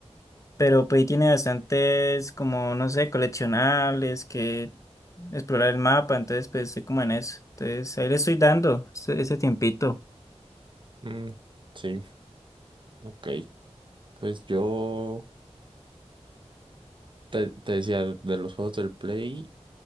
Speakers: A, on the left (about 25°); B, on the right (about 45°).
A: Pero pues ahí tiene bastantes, como, no sé, coleccionables, que explorar el mapa, entonces pues estoy como en eso. Entonces ahí le estoy dando ese, ese tiempito.
B: Mm, sí, ok. Pues yo te, te decía de los juegos del Play,